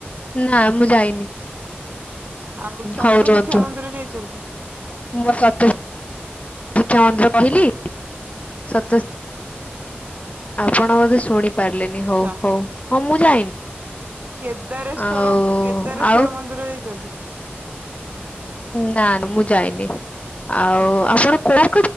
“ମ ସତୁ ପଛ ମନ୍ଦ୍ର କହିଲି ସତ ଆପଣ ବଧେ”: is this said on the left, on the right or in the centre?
Left